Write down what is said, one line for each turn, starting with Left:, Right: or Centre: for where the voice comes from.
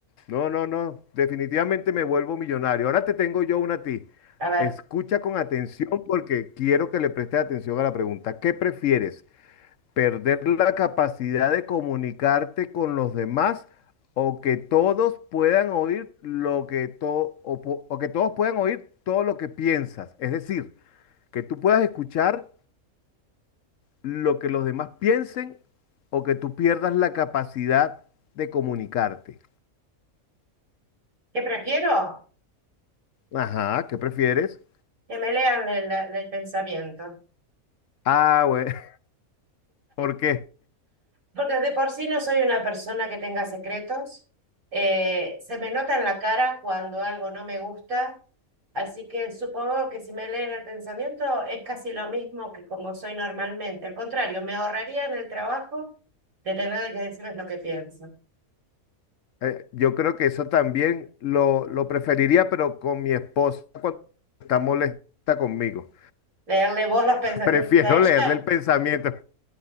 Left: No, no, no. Definitivamente me vuelvo millonario. Ahora te tengo yo una a ti.
Right: A ver,
Left: Escucha con atención porque quiero que le prestes atención a la pregunta. ¿Qué prefieres? ¿Perder la capacidad de comunicarte con los demás o que todos puedan oír lo que to- o po- o que todos puedan oír todo lo que piensas? Es decir, que tú puedas escuchar lo que los demás piensen o que tú pierdas la capacidad de comunicarte.
Right: ¿qué prefiero?
Left: Ajá, ¿qué prefieres?
Right: Que me lean el, el pensamiento.
Left: Ah, güey, <laughs> ¿por qué?
Right: Porque de por sí no soy una persona que tenga secretos. Eh, se me nota en la cara cuando algo no me gusta. Así que supongo que si me leen el pensamiento es casi lo mismo que como soy normalmente. Al contrario, me ahorraría en el trabajo de tener que decirles lo que pienso.
Left: Eh, yo creo que eso también lo, lo preferiría, pero con mi esposa cuando está molesta conmigo.
Right: Leerle vos los
Left: <laughs>
Right: pensamientos
Left: Prefiero
Right: a ella
Left: leerle el pensamiento.